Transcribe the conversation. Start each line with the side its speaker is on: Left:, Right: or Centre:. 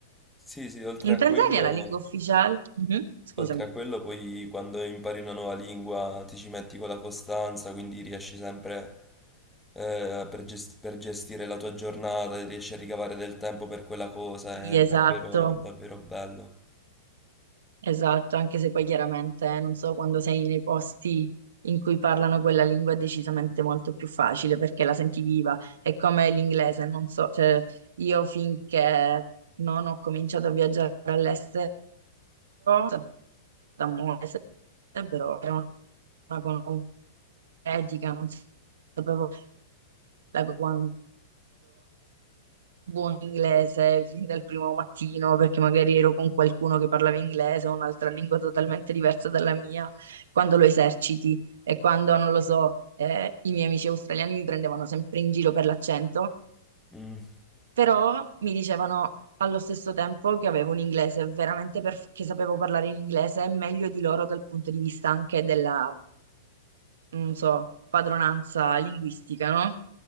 Centre: Sì, sì, oltre
Right: In
Centre: a
Right: Tanzania
Centre: quello...
Right: la lingua ufficiale? Mhm, Scusami.
Centre: Oltre a quello, poi quando impari una nuova lingua ti ci metti con la costanza, quindi riesci sempre eh, per gest- per gestire la tua giornata, riesci a ricavare del tempo per quella cosa,
Right: Sì,
Centre: è
Right: Esatto.
Centre: davvero, davvero bello.
Right: Esatto, anche se poi chiaramente eh, non so quando sei nei posti in cui parlano quella lingua è decisamente molto più facile perché la senti viva, è come l'inglese, non so, cioè io finché non ho cominciato a viaggiare all'estero, sono stata molto all'estero, però era una cosa etica, non sapevo la quando buon inglese fin dal primo mattino, perché magari ero con qualcuno che parlava inglese o un'altra lingua totalmente diversa dalla mia, quando lo eserciti e quando, non lo so, eh, i miei amici australiani mi prendevano sempre in giro per l'accento,
Centre: Mm,
Right: però mi dicevano allo stesso tempo che avevo un inglese veramente perfetto, che sapevo parlare in inglese meglio di loro dal punto di vista anche della, non so, padronanza linguistica, no?